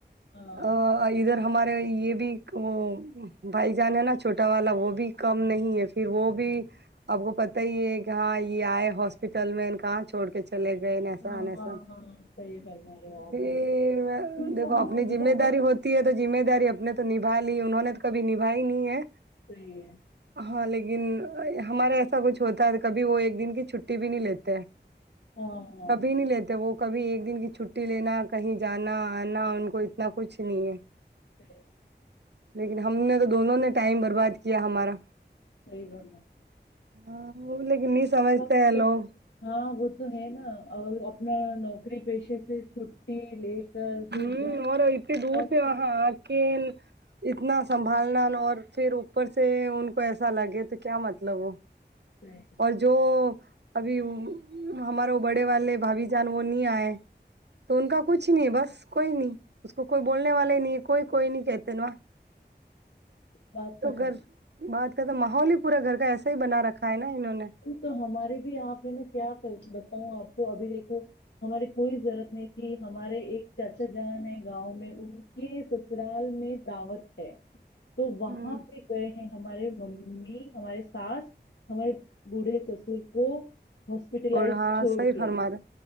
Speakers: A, on the left; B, on the right.
A: ہاں
B: <inaudible> ہمارے یہ بھی وہ بھائی جان ہے نا چھوٹا والا وہ بھی کم نہیں ہے پھر وہ بھی آپ کو پت ہی ہے کہاں یہ آئے ہاسپٹل میں کہاں چھوڑ کے چلے گئے نساسا
A: ہاں ہاں ہاں صحیح فرما رہے ہو آپ
B: پھر
A: بالکل ٹھیک
B: دیکھو
A: ہے ہاں
B: اپنی
A: ان
B: ذمہ
A: کا تو
B: داری ہوتی ہے تو ذمہ داری اپنے تو نبا لی انہوں نے تو کب نبھائی نہیں ہے
A: صحی ہے
B: ہاں لیکن ہمارا ایسا کچھ ہوتا ہے کبھی وہ ایک دن کی چھٹی بھی نہیں لیتے
A: ہاں ہاں
B: کبھی نہیں لیتے وہ کبھی ایک دن کی چھٹی لینا کہیں جانا آنا ان کو اتنا کچھ نہیں ہے
A: صحیح
B: لیکن ہم نے تو دونوں نے ٹائم برباد کیا ہمارا
A: صی با
B: ہاں وہ لیکن نہیں سمجھتے
A: وقت
B: ہیں لوگ
A: ہاں وہ تو ہے نا اور اپنا نوکری پیشے سے چھٹی لے کر پھر
B: ہوں
A: جانا
B: اور اتنی دور
A: اور
B: سے
A: پھر
B: وہاں آ کے اتنا سنبھالنا اور پھر اوپر سے ان کو ایسا لگے تو کیا مطلب وہ
A: جائے،
B: اور جو ابھی ہمارے بڑے والے بھابھی جان وہ نہیں آئے تو ان کا کچھ نہیں بس کوئی نہیں اس کوئی بولنے والے نہیں کوئی کوئی نہیں کہتے نا
A: بستم
B: تو گھر بات تو ماحول ہی پورا گھر کا ایسا ہی بنا رکھا ہے نا انہوں نے
A: تو ہمارے بھی آپ ہیں نا کیا بتاؤں آپ کو ابھی دیکھو ہمارے کوئی ضرورت نہیں تھی ہمارے ایک چاچا جان ہے گاؤں میں ان کے سسرال میں دعوت ہے تو وہاں
B: ہ
A: پہ گئے ہیں ہمارے ممی امی ہماراری ساس ہمارے بڑھے سسر کو ہاسپٹلائز
B: ہاں
A: چھوڑ
B: صحیح
A: کے
B: فرما رہے